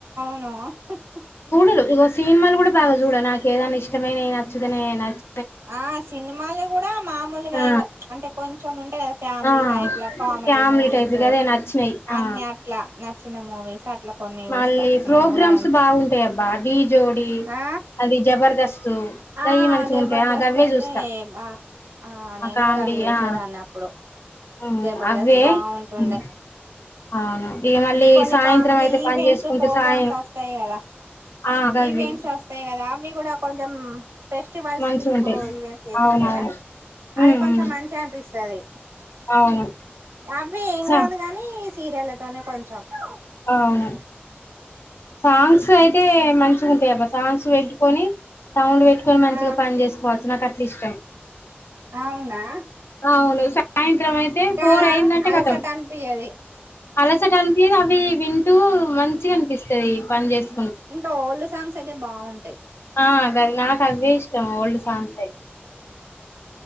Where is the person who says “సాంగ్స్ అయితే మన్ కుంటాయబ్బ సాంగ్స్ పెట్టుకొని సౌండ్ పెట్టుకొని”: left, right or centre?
Left